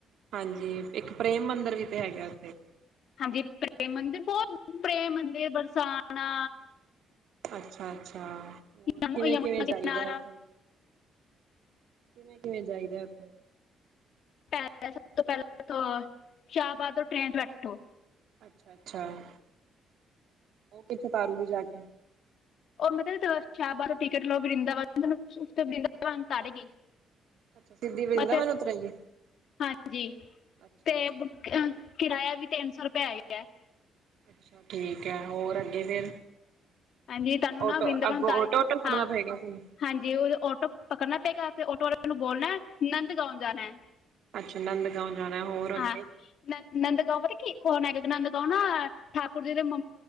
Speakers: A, on the right (about 75°); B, on the left (about 70°).
A: ਹਾਂਜੀ, ਇੱਕ ਪ੍ਰੇਮ ਮੰਦਰਿਰ ਵੀ ਤੇ ਹੈਗਾ ਉੱਥੇ,
B: ਹਾਂਜੀ, ਪ੍ਰੇਮ ਮੰਦਿਰ ਬਹੁਤ ਪ੍ਰੇਮ ਮੰਦਿਰ ਬਰਸਾਣਾ।
A: ਅੱਛਾ-ਅੱਛਾ, ਹੋਰ
B: ਯਮ-
A: ਕਿਵੇਂ
B: ਯਮੁਨਾ
A: ਕਿਵੇਂ ਚਈਦਾ
B: ਕਿਨਾਰਾ
A: ਉੱਥੇ ਕਿਵੇਂ-ਕਿਵੇਂ ਜਾਈਦਾ ਉੱਥੇ
B: ਪ ਸਭ ਤੋਂ ਪਹਿਲਾਂ ਸ਼ਾਹਬਾਦ ਤੋਂ ਟ੍ਰੇਨ ਚ ਬੈਠੋ,
A: ਅੱਛਾ-ਅੱਛਾ, ਉਹ ਕਿੱਥੇ ਤਾਰੂਗੀ ਜਾ ਕੇ
B: ਉਹ ਮਤਲਬ ਸ਼ਾਹਬਾਦ ਤੋਂ ਟਿਕਟ ਲਓ, ਵਰਿੰਦਾਵਨ ਉਸ ਵਦਾਵਨ ਤਾਰੇਗੀ।
A: ਅੱਛਾ ਸਿੱਧੀ ਵਰਿੰਦਾਵਨ
B: ਮਤਲਬ
A: ਉਤਰੇਗੀ
B: ਹਾਂਜੀ
A: ਅੱਛਾ
B: ਤੇ,
A: ਅੱਛਾ
B: ਕਿਰਾਇਆ ਵੀ ਤਿੰਨ ਸੌ ਰੁਪਇਆ ਹੇਗਾ।
A: ਅੱਛਾ ਠੀਕ ਹੈ, ਹੋਰ ਅੱਗੇ ਫੇਰ
B: ਹਾਂਜੀ ਤੁਹਾਨੂੰ
A: ਓਟੋ
B: ਨਾ ਵਰਿੰਦਾਵਨ
A: ਅੱਗੋਂ
B: ਤਾਰੇ
A: ਓਟੋ-ਓਟੋ ਫੜਨਾ
B: ਹਾਂ
A: ਪਏ ਗਿਆ, ਤੁਹਾਨੂੰ।
B: ਹਾਂਜੀ, ਉਹ ਟੋ ਪਕੜਨਾ ਪਏਗਾ, ਟੋ ਵਾਲੇ ਮੈਨੂੰ ਬੋਲਣਾ ਆਨੰਦ ਗਉਣ ਜਾਣਾ।
A: ਅੱਛਾ ਨੰਦ ਗਾਉ ਜਾਣਾ, ਹੋਰ ਅੱਗੇ
B: ਹਾਂ ਨ ਨੰਦ ਗਾਓ ਕੀ ਕੌਣ ਹੈਗਾ, ਨੰਦ ਗਾਂਉ ਨਾ ਠਾਕੁਰ ਜੀ ਦੇ